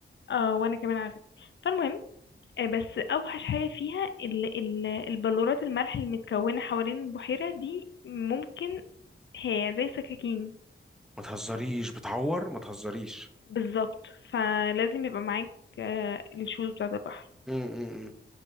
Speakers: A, on the left; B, in the centre.
A: اه وانا كمان على فكرة فالمهم آه، بس اوحش حاجه فيها ال ال البلورات الملح المتكونه حوالين البحيره دي ممكن هي زي سكاكين
B: ما تهزريش بتعور ما تهزريش
A: بالظبط فلازم يبقى معاك آه، الشوز بتاعه البحر
B: امم